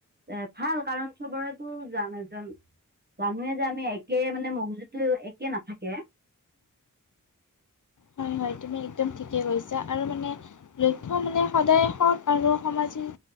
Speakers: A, on the right; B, on the left.
A: এ ভাল কাৰণ চবৰেতো নেজান্‌, জানোৱে যে আমি একে মানে, মগজুটো একে নাথাকে। <inaudible>
B: হয় হয় তুমি একদম ঠিকেই কৈছা আৰু মানে লক্ষ্য মানে সদায় হত আৰু সমাজিক